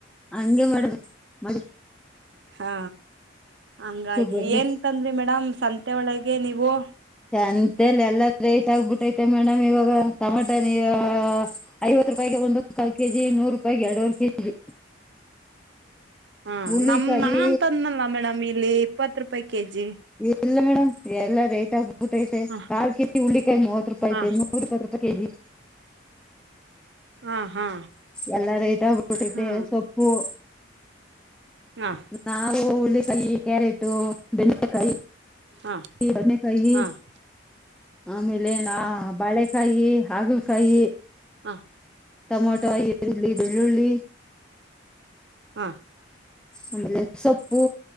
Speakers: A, in the centre; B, on the right.
A: ಅಂಗೇ ಮಾಡ್ಬೇಕ ಮಡಿ
B: ಹಾ ಹಂಗಾಗಿ
A: ಬರ್ಲಿ
B: ಏನ್ಂತಂದ್ರಿ ಮೇಡಮ್ ಸಂತೆ ಒಳಗೆ ನೀವು
A: ಸಂತೇಲಿ ಎಲ್ಲ ಲೇಟ್ ಆಗ್ಬಿಟ್ಟೈತಿ ಮತ್ತೆ ಮೇಡಮ್ ಇವಾಗ ಟಮಾಟ ನೀರ ಐವತ್ತು ರೂಪಾಯಿಗೆ ಒಂದು ಪಾವ್ ಕೆಜಿ ನೂರು ರೂಪಾಯಿಗೆ ಎರಡೂವೆರಿ ಕೆಜಿ
B: ಹಾ
A: ಹುಳ್ಳಿಕಾಯಿ
B: ನಮ ನಾನ್ಂತಂದನಲ್ಲ ಮೇಡಮ್ ಇಲ್ಲಿ ಇಪ್ಪತ್ ರೂಪಾಯಿ ಕೆಜಿ
A: ಇಲ್ಲ ಮೇಡಮ್ ಎಲ್ಲ ರೇಟ್ ಬ ಊಟ ಐತೆ
B: ಹಾ
A: ಕಾಲ್ ಕೆಜಿ ಉುಳ್ಳಿಕಾಯಿ ಮೂವತ್ ರೂಪಾಯ
B: ಹಾ
A: ಐತೆ ನೂರ ಇಪ್ಪ ರೂಪಾಯಿ ಕೆಜಿ
B: ಹಾ ಹಾ
A: ಎಲ್ಲ ರೇಟ್ ಆಗ್ಬಿಟ್ಟೈತೆ
B: ಹಾ
A: ಸೊಪ್ಪು
B: ಹಾ
A: ನಾವು ಹು ಕಾಯಿ ಕ್ಯಾರೆಟು ಬೆಂಡೆಕಾಯಿ
B: ಹಾ
A: ಬದನೆಕಾಯಿ
B: ಹಾ
A: ಆಮೇಲೆ <unintelligible> ಬಾಳೆಕಾಯಿ ಹಾಗಲಕಾಯಿ
B: ಹಾ ಹಾ ಹಾ
A: ಟಮೊಟೊ ಈರುಳ್ಳಿ ಬೆಳ್ಳುಳ್ಳಿ ಈರುಳ್ಳಿ
B: ಹಾ
A: ಆಮೇಲೆ ಸೊಪ್ಪು